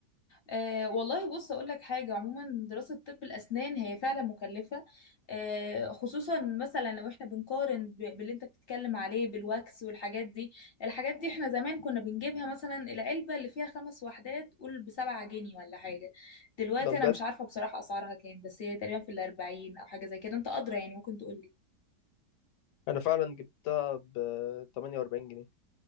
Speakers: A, on the left; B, on the left.
A: أه والله بص اقول لك حاجه عموما دراسه طب الاسنان هي فعلا مكلفه أه خصوصا مثلا لو احنا بنقارن ب- باللي انت بتتكلم عليه بالواكس والحاجات دي الحاجات دي احنا زمان كنا بنجيبها مثلا العلبه اللي فيها خمس وحدات قول بسبعة جنيه ولا حاجه دلوقتي
B: ده بجد
A: انا مش عارفه بصراحه اسعارها كام بس هي تقريبا في الاربعين او حاجه زي كده انت ادرى يعني ممكن تقول لي
B: أنا فعلا جبتها بتمانية وأربعين جنيه